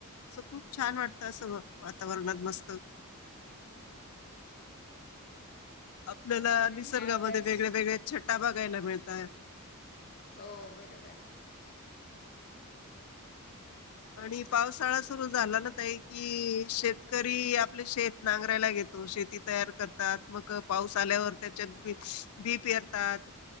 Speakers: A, on the left; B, on the left.
A: अस खूप छान
B: हम्म
A: वाटतं असं वा वातावरणात मस्त
B: अहम
A: आपल्याला निसर्गामध्ये
B: ह्या वर्ष
A: वेगळ्या वेगळ्या छट्टा भाग यायला मिळताय
B: हो बरोबर
A: आणि
B: हम्म
A: पावसाळा सुरू झाला ना त एक कि शेतकरी आपले शेत नांगरायला घेतो शेती तयार करतात मग पाऊस आल्यावर त्याच्यात बी श्पी बी पेरतात